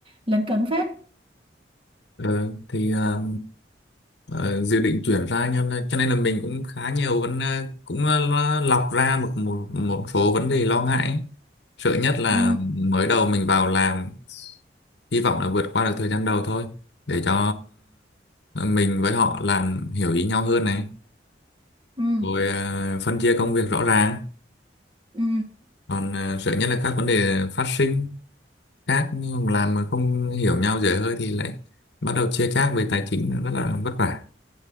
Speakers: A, on the right; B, on the left.
A: lấn cấn phết
B: Ờ, thì à, ờ, dự định chuyển ra nhưng mà- cho nên là mình cũng khá nhiều vấn ờ, cũng ờ, lo- lọc ra một một một số vấn đề lo ngại ấy. Sợ nhất là
A: ừ,
B: mới đầu mình vào làm hy vọng là vượt qua được thời gian đầu thôi để cho ờ, mình với họ làm hiểu ý nhau hơn này
A: ừ,
B: rồi ờ, phân chia công việc rõ ràng
A: ừ.
B: còn à, sợ nhất là các vấn đề phát sinh khác nhưng mà làm mà không hiểu nhau dễ hơi thì lại bắt đầu chia chác về tài chính là rất là vất vả